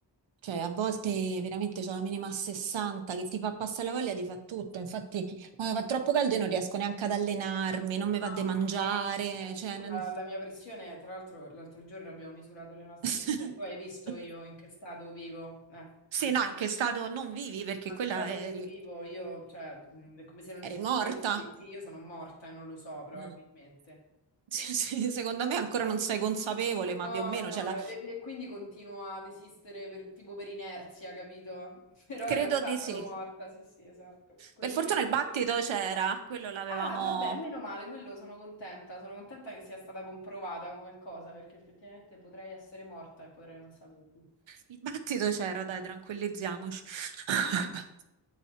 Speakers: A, on the right; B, on the left.
A: cioè a volte veramente c'ho la minima a 60 che ti fa passare la voglia di fa tutto, infatti quando fa troppo caldo io non riesco neanche ad allenarmi, non mi
B: Mamma,
A: va di mangiare,
B: guarda, scusami,
A: cioè...
B: tu
A: non-
B: la, la mia pressione, tra l'altro l'altro giorno abbiamo misurato le nostre
A: <laughs>
B: pressioni, tu hai visto io in che stato vivo? Eh.
A: Sì,
B: mm.
A: no, in che stato non vivi perché
B: Anche
A: quella
B: Sado
A: eri,
B: non vivo, io, cioè, mh, è come se non
A: eri
B: esistessi.
A: morta.
B: Sì, io sono morta e non lo so, probabilmente.
A: Eh. <laughs> Sì, sì, Secondo me ancora non sei consapevole, ma
B: No,
A: più o meno,
B: no,
A: cioè la
B: e, e quindi continuo ad esistere per- tipo per inerzia, capito? <laughs> Però
A: Credo
B: in realtà
A: di
B: sono
A: sì.
B: morta, sì, sì, esatto. Continuo
A: Per fortuna
B: a esistere
A: il battito
B: così.
A: c'era, quello l'avevamo...
B: Ah, vabbè, meno male, quello sono contenta. Sono contenta che sia stata comprovata come cosa, perché effettivamente potrei essere morta e potrei non saperlo.
A: Il battito c'era, dai, tranquillizziamoci. <laughs>
B: <laughs>